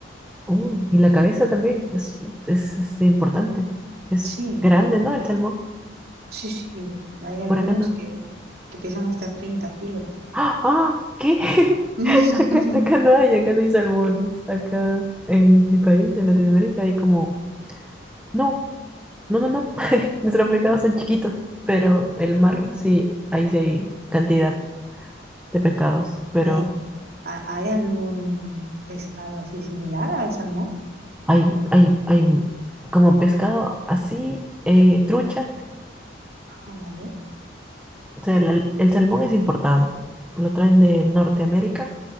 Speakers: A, in the centre; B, on the right.
A: Uy, y la cabeza también es, es este, importante. Es
B: Sí,
A: grande, ¿no? El salmón.
B: sí, sí. Hay algunos
A: Por acá no.
B: que, que pesan hasta 30 kilos.
A: ¡Ah! ¡Ah! ¿Qué?
B: <laughs>
A: <laughs> Acá,
B: ¿No?
A: acá no hay, acá no hay salmones. Acá en mi país, en Latinoamérica, hay como. No, no, no, no. <laughs> Nuestros pescados son chiquitos, pero el mar
B: Ah,
A: sí, ahí sí hay cantidad de pescados. Pero
B: ¿Y hay, ha- hay algún pescado así similar al salmón?
A: hay, hay, hay como pescado así, eh, trucha.
B: Ah, vale.
A: O sea, el, el salmón es importado. Lo traen de Norteamérica,